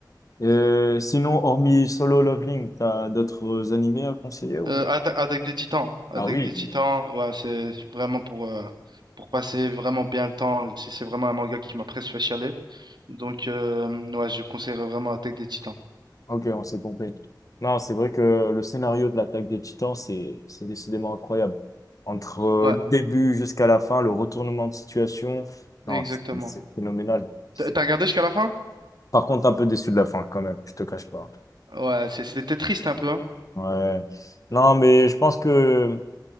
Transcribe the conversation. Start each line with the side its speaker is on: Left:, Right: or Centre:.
Left: Euh, sinon, hormis Solo Leveling, t'as d'autres animés à conseiller ou?
Right: Euh, Atta- Attaque des Titans. Attaque
Left: Ah oui.
Right: des Titans, ouais, c'est vraiment pour, euh, pour passer vraiment bien le temps. C'est c'est vraiment un manga qui m'a presque fait chialer. Donc, euh, ouais, je conseillerais vraiment Attaque des Titans.
Left: Ok, on s'est compris. Non, c'est vrai que le scénario de l'attaque des Titans, c'est c'est décidément incroyable. Entre euh,
Right: Ouais,
Left: le début jusqu'à la fin, le retournement de situation, non,
Right: exactement.
Left: c'est c'est phénoménal. C'est-
Right: T'as t'as regardé jusqu'à la fin?
Left: Par contre, un peu déçu de la fin quand même, je te cache pas.
Right: Ouais, c'est- c'était triste un peu, hein.
Left: Ouais. Non, mais je pense que